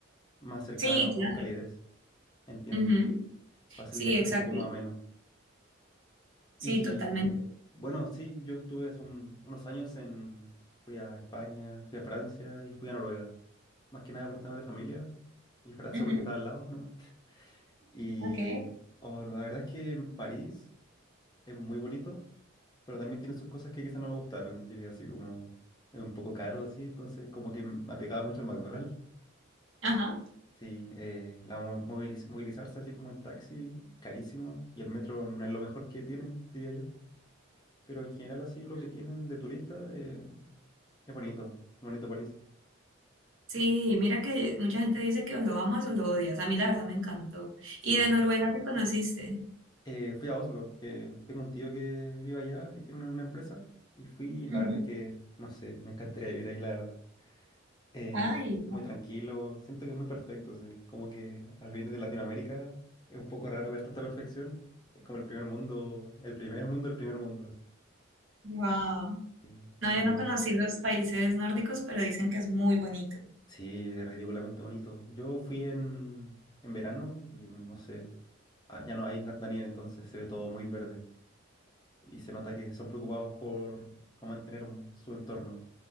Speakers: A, on the left (about 20°); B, on the right (about 70°).
A: Más cercano,
B: Sí,
A: más
B: claro.
A: calidez. Entiendo.
B: Ujú.
A: para hacer
B: Sí,
A: el viaje
B: exacto.
A: un poco más ameno.
B: Sí,
A: Y
B: totalmente.
A: bueno, sí, yo estuve hace un- unos años en, fui a España, fui a Francia y fui a Noruega. Más que nada por temas de familia y Francia
B: Ujú.
A: porque estaba al lado nomás. <laughs> Y
B: Ok.
A: oh, la verdad es que París es muy bonito, pero también tiene sus cosas que quizás no me gustaron, diría así como es un poco caro así, entonces como que me apegaba mucho al McDonald's.
B: Ajá.
A: Sí, eh, la mo- moviliz- movilizarse así como en taxi, carísimo, y el metro no es lo mejor que tienen, diría yo. Pero en general así lo que tienen de turista eh, es bonito, bonito París.
B: Sí, mira que mucha gente dice que o lo amas o lo odias. A mí la verdad me encantó.
A: Sí.
B: ¿Y de Noruega qué conociste?
A: Eh, fui a Oslo, que tengo un tío que vive allá y tiene una, una empresa. Y fui, y la
B: Ujú.
A: verdad es que, no sé, me encantaría vivir ahí, la verdad. Eh,
B: Ay,
A: muy tranquilo, siento que es muy perfecto, sí. Como que al venir de Latinoamérica es un poco raro ver tanta perfección. Es como el primer mundo, el primer mundo, el primer mundo. Así.
B: Wow.
A: Sí.
B: No,
A: Y
B: yo no conocí los países nórdicos, pero dicen que es muy bonito.
A: sí, es ridículamente bonito. Yo fui en, en verano y no sé, ah, ya no hay tanta nieve, entonces se ve todo muy verde y se nota que son preocupados por cómo mantener un- su entorno